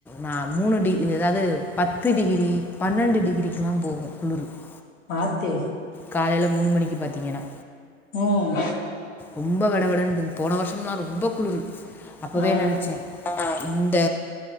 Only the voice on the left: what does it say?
பாத்து
உம்
ஆ